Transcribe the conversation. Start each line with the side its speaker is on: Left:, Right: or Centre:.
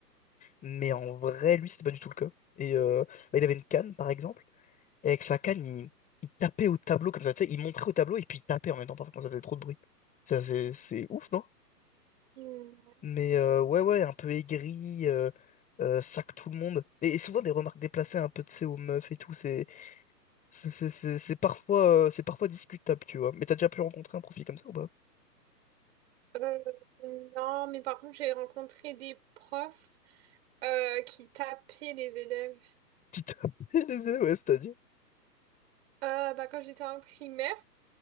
Left: mais en vrai, lui, c'était pas du tout le cas. Et euh, bah, il avait une canne, par exemple, et avec sa canne, il, il tapait au tableau comme ça. Tu sais, il montrait au tableau et puis il tapait en même temps, parfois, quand ça faisait trop de bruit. Ça, c'est c'est ouf, non?
Right: Hmm.
Left: Mais euh, ouais, ouais, un peu aigri, euh, euh, sac tout le monde. Et, et souvent des remarques déplacées un peu, de sais, aux meufs et tout. C'est c'est c'est- c'est- c'est parfois, euh, c'est parfois discutable, tu vois. Mais t'as déjà pu rencontrer un profil comme ça ou pas? <laughs>
Right: Euh, non, mais par contre, j'ai rencontré des profs euh, qui tapaient les élèves.
Left: Qui t'a les ailes, ouais, c'est-à-dire.
Right: Euh, bah, quand j'étais en primaire,